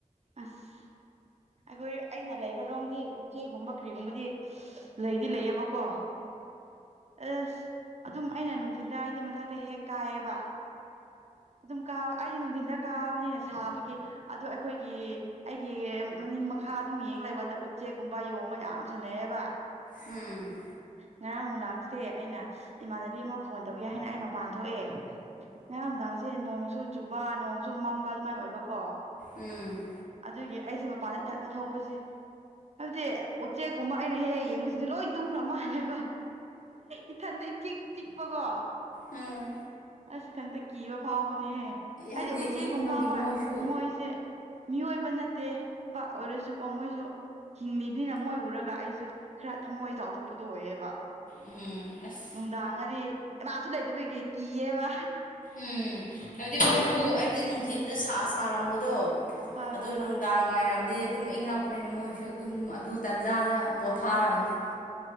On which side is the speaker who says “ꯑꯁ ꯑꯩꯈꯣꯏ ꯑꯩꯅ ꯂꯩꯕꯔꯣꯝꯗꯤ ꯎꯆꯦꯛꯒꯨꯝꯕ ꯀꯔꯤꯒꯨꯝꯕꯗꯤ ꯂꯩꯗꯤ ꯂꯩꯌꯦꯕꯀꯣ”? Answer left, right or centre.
Right